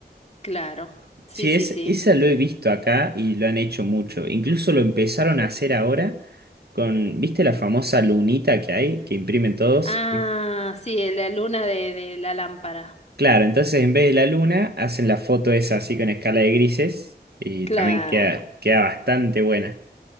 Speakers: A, on the left; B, on the right.
A: Claro. Sí,
B: Sí,
A: sí,
B: es,
A: sí.
B: esa lo he visto acá y lo han hecho mucho. Incluso lo empezaron a hacer ahora con, ¿viste la famosa lunita que hay, que imprimen todos?
A: Ah,
B: Sí.
A: sí, la luna de, de la lámpara.
B: Claro, entonces en vez de la luna, hacen la foto esa así con escala de grises y
A: Claro.
B: también queda, queda bastante buena.